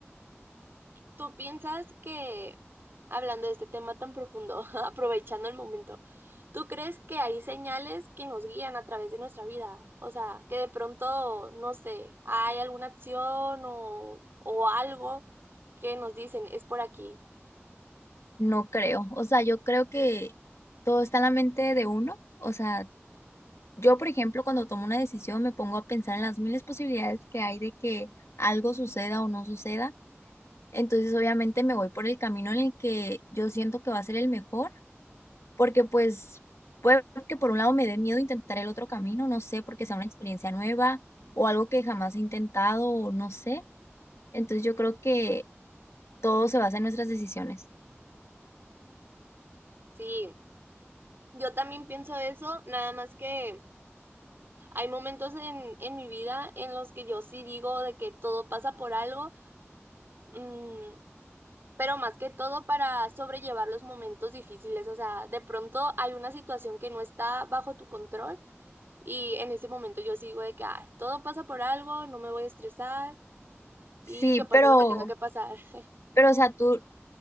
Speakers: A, on the right; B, on the left.
A: ¿Tú piensas que, hablando de este tema tan profundo, <laughs> aprovechando el momento, ¿tú crees que hay señales que nos guían a través de nuestra vida? O sea, que de pronto, no sé, hay alguna acción o, o algo que nos dicen, es por aquí.
B: no creo. O sea, yo creo que todo está en la mente de uno. O sea, yo, por ejemplo, cuando tomo una decisión me pongo a pensar en las miles posibilidades que hay de que algo suceda o no suceda Entonces, obviamente me voy por el camino en el que yo siento que va a ser el mejor, porque pues puede que por un lado me dé miedo intentar el otro camino, no sé, porque sea una experiencia nueva o algo que jamás he intentado o no sé. Entonces, yo creo que todo se basa en nuestras decisiones.
A: Sí. Yo también pienso eso, nada más que hay momentos en, en mi vida en los que yo sí digo de que todo pasa por algo, mm, pero más que todo para sobrellevar los momentos difíciles. O sea, de pronto hay una situación que no está bajo tu control y en ese momento yo sigo de que, ay, todo pasa por algo, no me voy a estresar y
B: Sí,
A: que pase
B: pero,
A: lo que tenga que pasar. <laughs>
B: pero, o sea, tú,